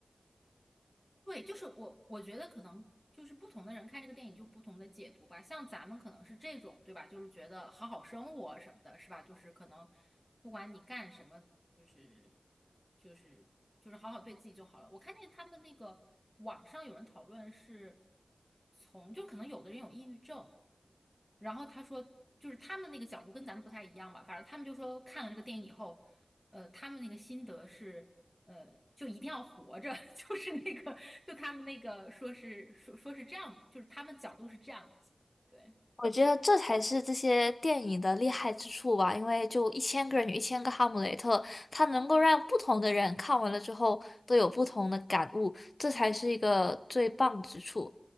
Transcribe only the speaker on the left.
我觉得这才是这些电影的厉害之处吧，因为就一千个人有一千个哈姆雷特，它能够让不同的人看完了之后都有不同的感悟，这才是一个最棒之处。